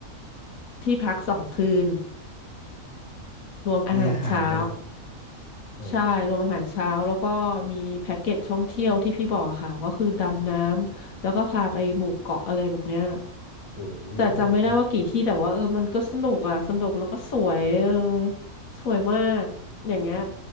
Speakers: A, on the left (about 65°); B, on the left (about 25°).
A: ที่พักสองคืน รวมอาหารเช้า
B: มีอาหารด้วยโห
A: ใช่รวมอาหารเช้าแล้วก็มีแพ็กเกจท่องเที่ยวที่พี่บอกค่ะก็คือดำน้ำแล้วก็พาไปหมู่เกาะอะไรแบบเนี้ย
B: โห
A: แต่จำไม่ได้ว่ากี่ที่แต่ว่าเออมันก็สนุกอ่ะสนุกแล้วก็สวยเออ
B: โห
A: สวยมากอย่างเงี้ย